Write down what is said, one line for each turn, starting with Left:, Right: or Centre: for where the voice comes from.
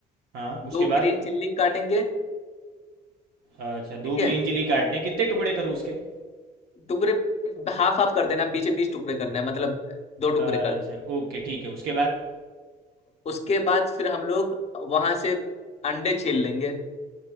Right: हाँ उसके
Left: दो
Right: बाद
Left: ग्रीन चिल्ली काटेंगे
Right: अच्छा
Left: ठीक
Right: दो
Left: है
Right: ग्रीन चिली काटने कितने टुकड़े करूँ उसके
Left: टुकड़े हाफ हाफ कर देना बीच बीच टुकड़े करना है मतलब दो टुकड़े
Right: अच्छा
Left: कर
Right: ओके ठीक है उसके बाद
Left: उसके बाद फिर हम लोग वहां से अंडे छील लेंगे